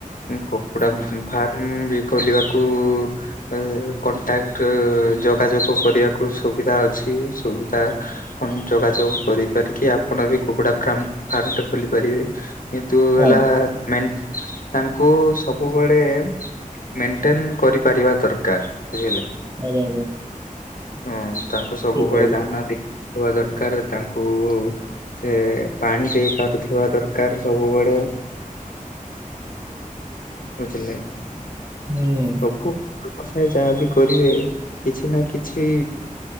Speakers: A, on the left; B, on the right.
A: ଉ କୁକୁଡ଼ା
B: ହୁଁ,
A: ଫାର୍ମ ବି ଖୋଲିବାକୁ ଏ କଣ୍ଟାକ୍ଟ ଯୋଗାଯୋଗ କରିବାକୁ ସୁବିଧା ଅ ଛି ସୁବିଧା କଣ ଯୋଗାଯୋଗ କରିପାରିକି ଆପଣ ବି କୁକୁଡା ଫ୍ରା ମ ଫାର୍ମ ଖୋଲି ପାରିବେ କିନ୍ତୁ
B: ହଁ
A: ହେଲା ମେନେ ତାଙ୍କୁ ସବୁବେଳେ ମେଣ୍ଟେନ କରିପାରିବା ଦରକାର ବୁଝିଲେ।
B: ଆ ଆଜ <unintelligible>
A: ହଁ ତାଙ୍କୁ ସବୁବେଳେ
B: କହିଲେ
A: ଦାନା ଦେଇବା ଦରକାର ତାଙ୍କୁ ଏ ପାଣି ଦେଇ ପାରୁଥିବା ଦରକାର ସବୁବେଳେ ବୁଝିଲେ
B: ହୁଁ
A: ସବୁ ବ୍ୟବସାୟ ଯାହା ବି କରିବେ କିଛି ନା କିଛି